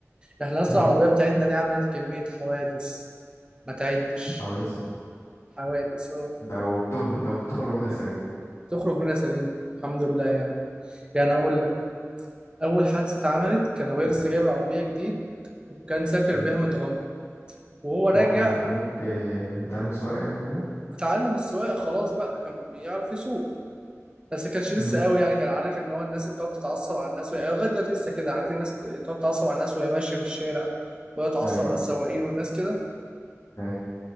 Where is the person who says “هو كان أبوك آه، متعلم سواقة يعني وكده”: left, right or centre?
Left